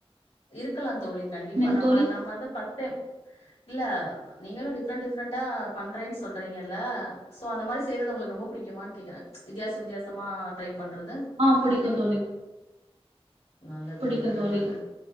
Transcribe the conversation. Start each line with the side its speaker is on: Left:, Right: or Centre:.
Left: இருக்கலா தோழி கண்டிப்பா
Right: என்னங்க
Left: நம்ம
Right: தோழி
Left: நம்ம வந்து ஃபர்ஸ்ட் டைம் இல்ல நீங்களோ டிஃப்ரெண் டிஃப்ரெண்டா பண்றேன்னு சொல்றீங்கல்லா சோ அந்த மாரி செய்றது உங்களுக்கு ரொம்ப புடி முக்கியமான் கேக்குறே வித்தியாஸ் வித்தியாச மொத்தம்மா டைப் பண்றது
Right: ஆ புடிக்கு தோழி
Left: நல்லது
Right: புடிக்கு
Left: நல்லது
Right: தோழி
Left: நல்லது